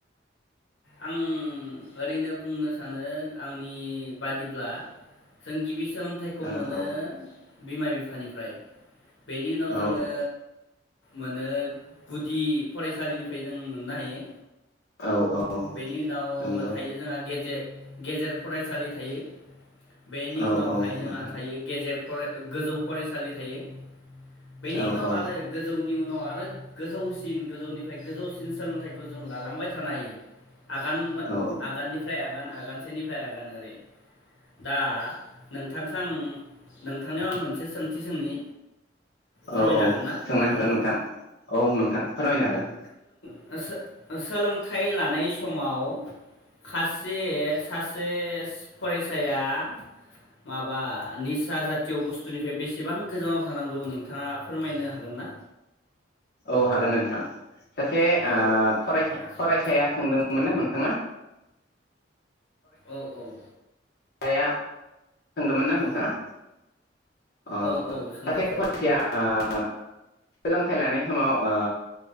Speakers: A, on the left (about 80°); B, on the left (about 55°).
A: आं ओरैनो बुंनो सानो आंनि बादिब्ला जों गिबि सि सोलोंथाइखौ
B: औ
A: मोनो
B: औ
A: बिमा बिफानिफ्राय बेनि उनाव
B: औ
A: जोङो मोनो गुदि फरायसालिनि फाय जों मोननो हायो
B: औ औ
A: बेनि उनाव
B: नंगौ
A: थायो जोंहा गेजे गेजेर फरायसालि थायो बेनि
B: औ
A: उनावहाय
B: औ
A: जोंहा
B: नोंथां
A: थायो गेजेर फराय गोजौ फरायसालि थायो। बेनि
B: औ
A: उनाव
B: औ
A: आरो गोजौनि उनाव आरो गोजौसिन गोजौनिफ्राय गोजौसिन सोलोंथाइखौ जों लालांबाय थानो हायो। आगान बा
B: औ
A: आगाननिफ्राय आगान आगानसेनिफ्राय आगान ओरै दा नोंथांखो आं नों थानायाव आं मोनसे सोंथि सोंनि? फोरमायनो
B: औ औ
A: हागोन ना
B: सोंनो
A: नोंथाङा
B: हागोन नोंथां औ नोंथां फोरमायनो हागोन।
A: ओ सो ओ सोलोंथाइ लानाय सु समाव खासे सासेस फरायसाया माबा निसा जातिय' बुस्थुनिफ्राय बेसेबां गोजानाव थानांगौ नोंथाङा फोरमायनो हागोन ना?
B: अ हागोन नोंथां। सासे ओ
A: औ औ
B: फरायसा
A: दे सों
B: फरायसाया सोंदोंमोन ना नों थाङा
A: औ औ
B: साया सोंदोंमोन ना
A: औ
B: नोंथाङा अ
A: औ औ सोंदों
B: सासे
A: सोंदों
B: फरायसाया ओ सोलोंथाइ लानाय समाव ओ